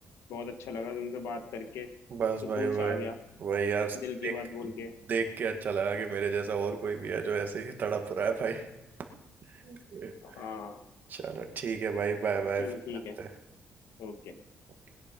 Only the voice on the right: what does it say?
बस
भाई वही
वही यार
देख
देख के अच्छा लगा कि मेरे जैसा और कोई भी है जो ऐसे ही तड़प रहा है भाई <laughs>
चलो ठीक है भाई बाय बाय
फिर
मिलते
हैं